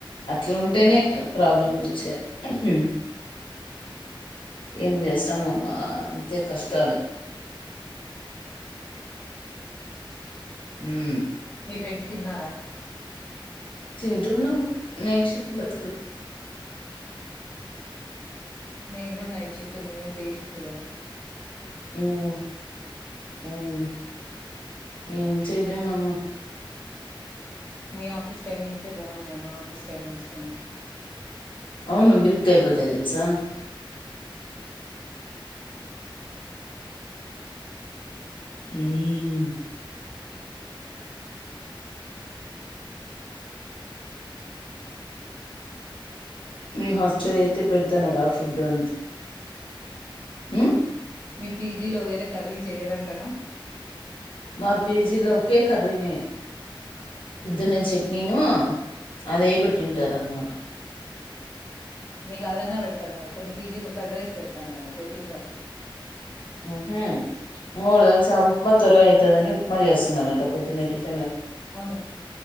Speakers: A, on the left; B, on the left.
A: అట్ల ఉంటేనే ప్రాబ్లంలు వచ్చాయి ఊహుమ్ ఏం చేస్తాంఅమ్మా అంతే కష్టాలు ఉమ్మ్
B: మీ ఫ్రెండ్స్ తిన్నారా
A: తింటున్నాం నైట్ షిఫ్ట్ బతుకులు
B: మేము కూడా నైట్ షిఫ్ట్ మేమేం డే షిఫ్ట్ కాదు
A: వుమ్మ్ వుమ్మ్ ఏం చెయలేమమ్మ
B: మీ ఆఫిస్ టైమింగ్ సే బాగున్నాయి మా ఆఫీస్ టైమింగ్స్ కొన్ని
A: అవును బిరుగ్గా అయిపోతాయి తెల్సా
B: ఆ
A: ఊమ్మ్ మీ హాస్టల్ అయితే పెడతనారా ఫుడ్ అంత ఉమ్మ్
B: మీ పీజీలో వేరే కర్రీ చేయరంటరా
A: మా పేజీలో ఒకే కర్రీనే పొద్దున్నే చట్నీను అదే పెట్టింటారు అన్నమాట
B: మీకు అదన్న పెడతాన్నారు కొన్ని పీజీలు కర్డ్ రైస్ పెడతానారంట. పోయి తినిరాపో
A: ఉహుమ్మ్ ఇంకోటి తెల్సా ఉప్మా త్వరగా అయితాదని ఉప్మా చేస్తున్నారంట పొద్దున్న టిఫిన్
B: అవును